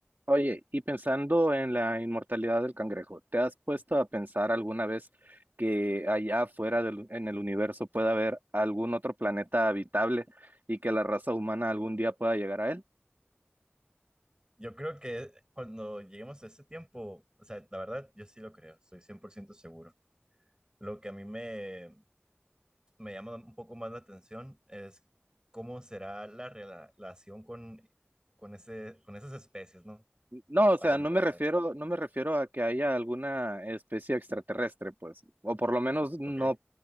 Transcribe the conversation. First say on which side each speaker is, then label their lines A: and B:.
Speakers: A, on the right (about 60°); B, on the right (about 20°).
A: Oye, y pensando en la inmortalidad del cangrejo, ¿te has puesto a pensar alguna vez que allá afuera del- en el universo pueda haber algún otro planeta habitable y que la raza humana algún día pueda llegar a él?
B: Yo creo que cuando lleguemos a ese tiempo, o sea, la verdad, yo sí lo creo, estoy 100% seguro. Lo que a mí me, me llama un poco más la atención es cómo será la rela- relación con, con, ese, con esas especies, ¿no?
A: No, o
B: Para
A: sea,
B: empezar,
A: no me refiero, no me refiero a que haya alguna especie extraterrestre, pues, o por lo menos no,
B: ¿ok?